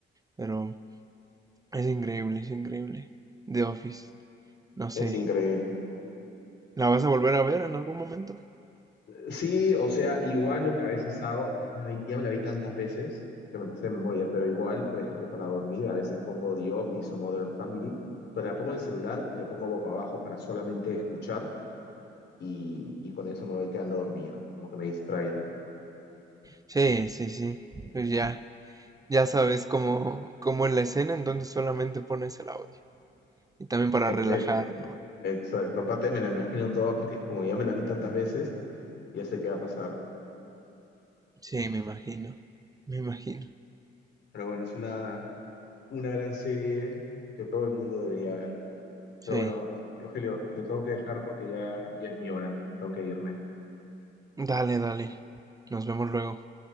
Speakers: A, on the right; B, on the left.
A: pero es increíble, es increíble. The Office, no
B: Es
A: sé,
B: increíble.
A: ¿la vas a volver a ver en algún momento?
B: Sí, o sea, igual lo que a veces hago, es que ya me la vi, ya me la vi tantas veces que me la sé de memoria, pero igual, por ejemplo, para dormir, a veces pongo The Office o Modern Family, pero la pongo en el celular y lo pongo boca abajo para solamente escuchar y, y con eso me voy quedando dormido, como que me distraigo.
A: Sí, sí, sí, pues ya, ya sabes cómo, cómo es la escena, entonces solamente pones el audio y también para
B: Ex-
A: relajar,
B: ex-
A: ¿no?
B: Exacto, aparte me la imagino toda porque es como ya me la vi tantas veces, ya sé qué va a pasar.
A: Sí, me imagino, me imagino,
B: Pero bueno, es una, una gran serie que todo el mundo debería ver.
A: sí,
B: Pero bueno, Rog- Rogelio, te tengo que dejar porque ya, ya es mi hora, tengo que irme.
A: dale, dale, nos vemos luego.